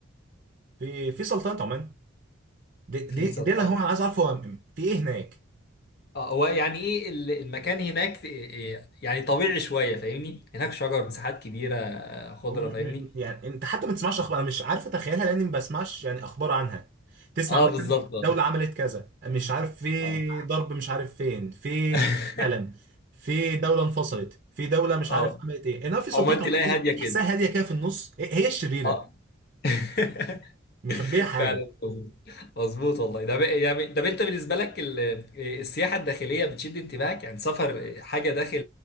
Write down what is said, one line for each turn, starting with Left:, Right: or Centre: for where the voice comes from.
Right: في في سلطنه عمان دي دي,
Left: في سلطنة
Right: دي انا هو انا عايز اعرف هو في ايه هناك
Left: اه هو يعني ايه ال- المكان هناك إيه- إيه، يعني طبيعي شويه فاهمني هناك شجر مساحات كبيره آه، خضره
Right: وم- م-
Left: فاهمني
Right: م- يعني انت حتى ما تسمعش اخبار انا مش عارف اتخيلها لاني ما بسمعش يعني اخبار عنها تسمع
Left: اه
Right: مثلا
Left: بالظبط اه
Right: دولة عملت كذا مش عارف في
Left: اه
Right: ضرب مش عارف فين في
Left: <laughs>
Right: كأس عالم في دولة انفصلت في دولة مش
Left: اه
Right: عارف عملت ايه انما في سلطنة
Left: عمان تلاقي
Right: عمان دي
Left: هاديه كده
Right: تحسها هادية كده في النص هي هي الشريرة
Left: اه <laughs>
Right: مخبية حاجة
Left: فعلا مظبوط مظبوط والله ده ب- يعني ده انت بالنسبه لك ال- إيه، السياحه الداخليه بتشد انتباهك يعني سفر حاجه داخل